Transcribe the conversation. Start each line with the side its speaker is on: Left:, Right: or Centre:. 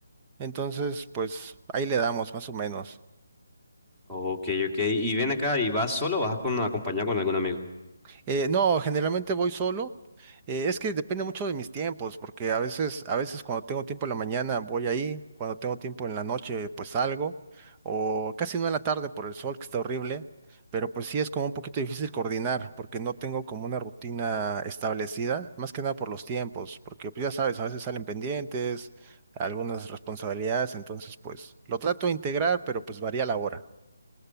Right: Entonces, pues ahí le damos más o menos.
Centre: Ok, ok. ¿Y ven acá y vas solo o vas con acompañado con algún amigo?
Right: Eh, no, generalmente voy solo. Eh, es que depende mucho de mis tiempos, porque a veces, a veces cuando tengo tiempo en la mañana voy ahí, cuando tengo tiempo en la noche pues salgo, o casi no en la tarde por el sol que está horrible, pero pues sí es como un poquito difícil coordinar, porque no tengo como una rutina establecida, más que nada por los tiempos, porque pues ya sabes, a veces salen pendientes, algunas responsabilidades, entonces pues lo trato de integrar, pero pues varía la hora.